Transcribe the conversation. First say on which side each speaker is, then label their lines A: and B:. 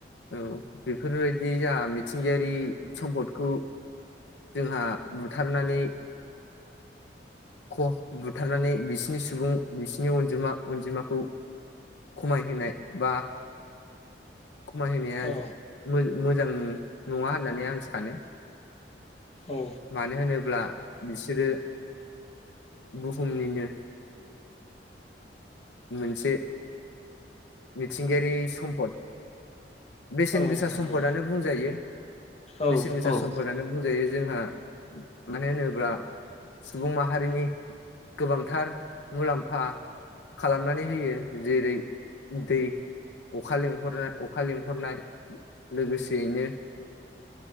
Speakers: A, on the left; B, on the left.
A: औ बेफोरबायदि जाहा मिथिंगायारि सम्पदखौ जोंहा बुथारनानै बुथारनानै बिसिनि सुबुं बिसिनि अनजिमा अनजिमाखौ खमायहोनाय बा खमायहोनाया
B: औ
A: मोजां नङा होननानै आं सानो।
B: औ
A: मानो होनोब्ला बिसोरो बुहुमनिनो मोनसे मिथिंगायारि सम्पद। बेसेन
B: औ
A: गोसा
B: नंगौ
A: सम्पदनो बुंजायो
B: औ
A: बेसेन गोसा
B: औ
A: समफोरानो बुंजायो जोंहा मानो होनोब्ला सुबुं माहारिनि गोबांथार मुलाम्फा खालामनानै होयो। जेरै- दै अखा लेंहरनाय अखा लिंहरनाय लोगोसेयैनो